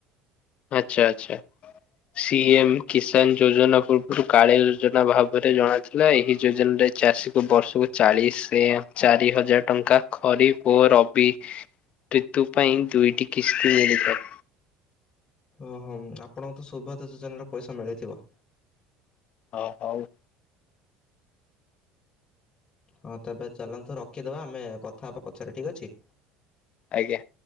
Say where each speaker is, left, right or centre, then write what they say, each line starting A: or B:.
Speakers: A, on the left (about 50°); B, on the left (about 35°).
A: ଆଚ୍ଛା ଆଚ୍ଛା। ସି ଏମ୍ କିଷାନ ଯୋଜନା ପୂର୍ବରୁ କାଳିଆ ଯୋଜନା ଭାବରେ ଜଣା ଥିଲା ଏହି ଯୋଜନାରେ ଚାଷୀ କୁ ବର୍ଷକୁ ଚାଳିଶି ଚାରି ହଜାର ଟଙ୍କା ଖରିଫ ଓ ର ବି ଋତୁ ପାଇଁ ଦୁଇଟି କିସ୍ତି ମିଳିଥାଏ।
B: ଓହଁ ଆପଣଙ୍କୁ ତ ସୁଭଦ ଯୋଜନାରେ ପଇସା ମିଳିଥିବ?
A: ହଁ ହଉ।
B: ହଁ ତେବେ ଚାଲନ୍ତୁ ରଖିଦେବା, ଆମେ କଥା ହବା ପଛେରେ ଠିକ୍ ଅଛି।
A: ଆଜ୍ଞା।